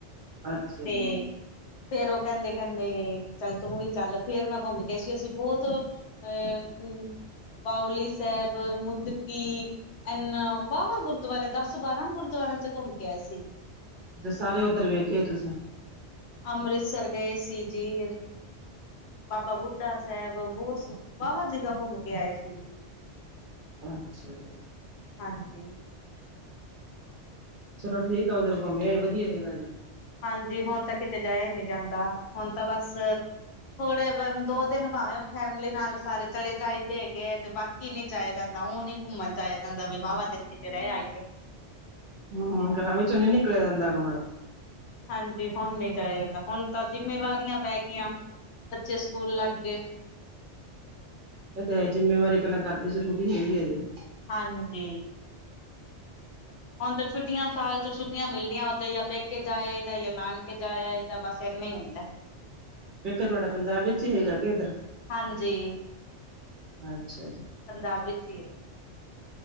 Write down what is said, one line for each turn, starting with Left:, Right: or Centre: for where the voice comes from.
Right: ਅੱਛਾ
Left: ਤੇ
Right: ਜੀ
Left: ਫੇਰ ਉਹ ਕਹਿੰਦੇ ਕਹਿੰਦੇ, ਚੱਲ ਤੂੰ ਵੀ ਚੱ, ਲ ਫੇਰ ਮੈਂ ਘੁੰਮ ਕੇ ਸੀ ਅਸੀਂ ਬਹੁਤ ਅਹਮ ਪਾਲੀ ਸਾਹਿਬ, ਮੁਦਕੀ- ਐਨ ਵਾਹਵਾ ਗੁਰਦੁਆਰੇ ਦਸ- ਬਾਰਾਂ ਗੁਰਦੁਆਰਿਆਂ ਚ' ਘੁੰਮ ਕੇ ਆਏ ਸੀ।
Right: ਅੱਛਾ ਸਾਰੇ ਉਓਧਰ ਵੇਖੇ ਤੁਸੀਂ।
Left: ਅੰਮ੍ਰਿਤਸਰ ਗਏ ਸੀ ਜੀਰ। ਬਾਬਾ ਬੁੱਢਾ ਸਾਹਿਬ ਬਹੁਤ ਵਾਹਵਾ ਜ੍ਹਾ ਘੁੰਮ ਕੇ ਆਏ ਸੀਗੇੀ।
Right: ਅੱਛਾ ਜੀ।
Left: ਹਾਂਜੀ।
Right: ਚਲੋ ਠੀਕ ਆ, ਉਧਰ ਘੁੰਮਿਆਏ ਵਧੀਆ ਹੈਗਾ ਜੀ।
Left: ਹਾਂਜੀ, ਹੁਣ ਤਾਂ ਕਿਤੇ ਜਾਇਆ ਹੀ ਨਹੀਂ ਜਾਂਦਾ। ਹੁਣ ਤਾਂ ਬਸ ਥੋੜੇ ਦੋ ਦਿਨ ਭਾਵੇਂ ਫੈਮਿਲੀ ਨਾਲ ਸਾਰੇ ਚਲੇ ਜਾਈਦੇ ਹੈਗੇ ਹੈ ਤੇ ਬਾਕੀ ਨੀ ਜਾਇਆ ਜਾਂਦਾ ਹੁਨੀ। ਘੁੰਮਣ ਜਾਇਆ ਜਾਂਦਾ ਵੀ ਵਾਹਵਾ ਤੇਰੇ ਕਿਤੇ ਰਹਿ ਆਈਏ।
Right: ਹਮ, ਘਰਾਂ ਵਿੱਚੋਂ ਨ ਨਿਕਲਿਆ ਜਾਂਦਾ ਗ ਹੁਣਾ।
Left: ਹਾਂਜੀ, ਹੁਣ ਨਹੀਂ ਜਾਇਆ ਜਾਂਦਾ ਹੁਣ ਤਾਂ ਜਿੰਮੇਵਾਰੀਆਂ ਪੈ ਗਈਆਂ। ਬੱਚੇ ਸਕੂਲ ਲੱਗ ਗਏ।
Right: ਇਹ ਤਾਂ ਇਹ ਜਿੰਮੇਵਾਰੀ ਪਹਿਲਾਂ ਕਰਦੀ ਜ਼ਰੂਰੀ ਹੈਗੀ ਹੈ ਜੇ।
Left: ਹਾਂਜੀ। ਹੁਣ ਤਾਂ ਛੁੱਟੀਆਂ ਸਾਲ ਚ' ਛੁੱਟੀਆਂ ਮਿਲਦੀਆਂ ਉਥ ਜਾਂ ਪੈਕੇ ਜਾ ਆਏਦਾ ਜਾਂ ਨਾਨਕੇ ਜਾ ਆਏ। ਤਾਂ ਬਸ ਇੰਨਾ ਹੀ ਹੁੰਦਾ।
Right: ਵੇਖ ਤੁਹਾਡਾ ਪੰਜਾਬ ਵਿੱਚ ਹੀ ਹੈਗਾ ਕਿ ਇੱਧਰ।
Left: ਹਾਂਜੀ,
Right: ਅੱਛਾ ਜੀ।
Left: ਪੰਜਾਬ ਵਿੱਚ ਹੀ।